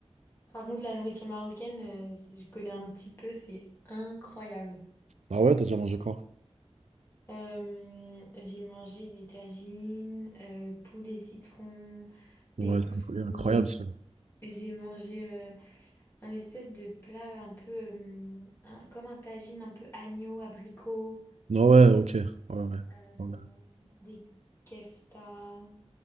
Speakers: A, on the left; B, on the right.
A: Par contre, la nourriture marocaine, euh, je connais un petit peu, c'est incroyable.
B: Ah ouais, t'as déjà mangé quoi?
A: Euh, j'ai mangé des tagines, euh, poulet citron, des
B: Ouais,
A: couscous.
B: c'est incroya incroyable ça.
A: J'ai mangé euh, un espèce de plat un peu euh, un- comme un tagine un peu agneau, abricot.
B: Non, ouais, OK, ouais, ouais,
A: Euh,
B: ouais.
A: des kefta,